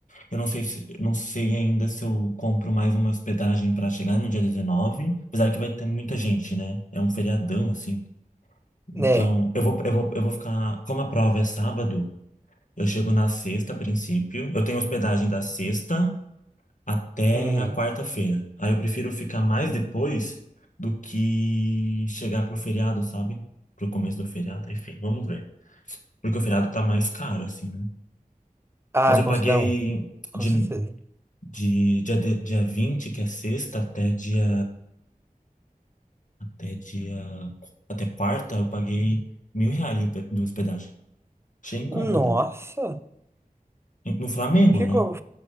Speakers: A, on the left (about 60°); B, on the right (about 15°).
A: Eu não sei se não sei ainda se eu compro mais uma hospedagem para chegar no dia 19, apesar que vai ter muita gente, né? É um feriadão assim. Então,
B: Né?
A: eu vou, eu vou, eu vou ficar. Como a prova é sábado, eu chego na sexta a princípio. Eu tenho hospedagem da sexta até
B: Uhum.
A: a quarta-feira. Aí eu prefiro ficar mais depois do que chegar pro feriado, sabe? Pro começo do feriado, enfim, vamos ver. Porque o feriado tá mais caro, assim, né?
B: Ah,
A: Mas eu
B: com,
A: paguei
B: não, com
A: de,
B: certeza.
A: de dia, de- dia 20 que é sexta, até dia, até dia, até quarta, eu paguei mil reais de hospe- de hospedagem. Achei em conta
B: Nossa,
A: até. No Flamengo,
B: ficou,
A: né?